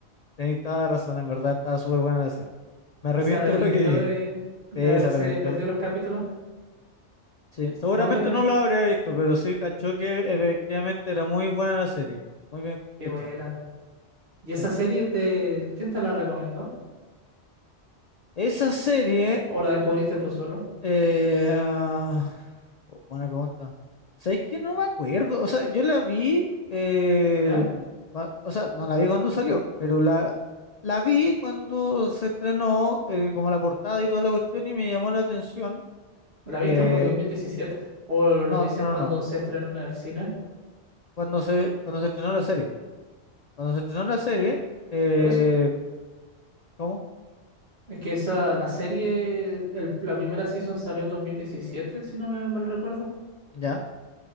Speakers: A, on the left; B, on the right.
A: Tenés toda la razón, en verdad estaba súper buena la serie. Me arrepiento
B: Y se arrepintió
A: de lo que dije.
B: de, de
A: Sí,
B: haberse
A: se arrepintió.
B: perdido los capítulos.
A: Sí, seguramente
B: Más o menos,
A: no
B: y-
A: lo habría visto, pero sí cachó que efectivamente era muy buena la serie. Muy bien
B: qué
A: hecha.
B: buena. ¿Y esa
A: Sí.
B: serie te, quién te la recomendó?
A: Esa serie
B: ¿O la descubriste tú solo?
A: Eh, ah, oh, buena pregunta. ¿Sabes que no me acuerdo? O sea, yo la vi, eh,
B: ¿Ya?
A: cua- o sea, no la vi cuando salió, pero la, la vi cuando se estrenó, eh, como la portada y toda la cuestión, y me llamó la atención.
B: ¿La viste
A: Eh,
B: por dos mil diecisiete ¿O lo
A: no,
B: dices
A: no, no,
B: cuando
A: no.
B: se estrenó en el cine?
A: cuando se, cuando se estrenó la serie. Cuando se estrenó la serie, eh,
B: Por eso.
A: ¿cómo?
B: Es que esa, la serie, el- la primera season salió en 2017 si no me mal recuerdo.
A: ¿Ya?